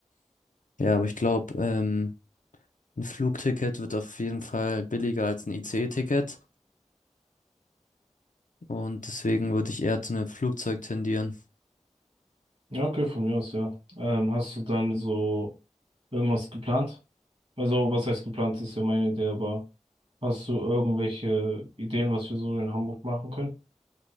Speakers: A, on the left; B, on the right.
A: Ja, aber ich glaube, ähm, ein Flugticket wird auf jeden Fall billiger als ein ICE-Ticket. Und deswegen würde ich eher zu einem Flugzeug tendieren.
B: Ja, okay, von mir aus, ja. Ähm, hast du dann so irgendwas geplant? Also, was heißt geplant, ist ja meine Idee, aber hast du irgendwelche Ideen, was wir so in Hamburg machen können?